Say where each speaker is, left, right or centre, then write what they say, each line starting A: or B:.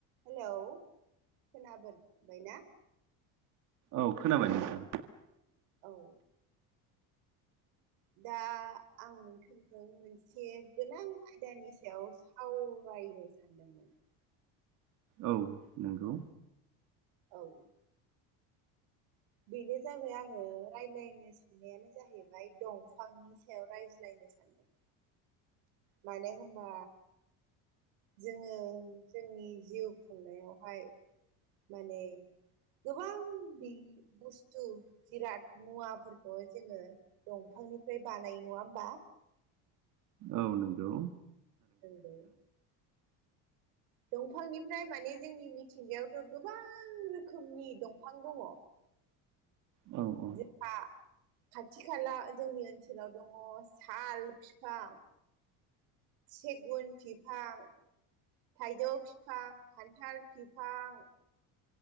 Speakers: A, on the right (about 80°); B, on the right (about 55°).
A: Hello खोनाबोनबायना <unintelligible>
B: औ खोनाबाय नोंथां
A: औ दा आं नोंथांजों मोनसे गोनां आयदानि सायाव सावरायनो सानदोंमोन
B: औ नोंगौ
A: औ बेनो जाबाय आं ओ रायज्लायनो साननायानो जाहैबाय दंफांनि सायाव रायज्लायनो सानदों माने होनबा जोङो जोंनि जिउ खुंनायावहाय मानि गोबां नि बुस्थु जिराद मुवाफोरखौ जोङो दंफांनिफ्राय बानायो नङा होमबा
B: औ नोंगौ
A: नोंगौ दंफांनिफ्राय माने जोंनि मिथिंगायावथ' गोबां रोखोमनि दंफां दङ
B: औ औ
A: जोंहा खाथि खाला जोंनि ओनसोलाव दङ साल फिफां सेगुन फिफां थाइजौ फिफां खान्थाल बिफां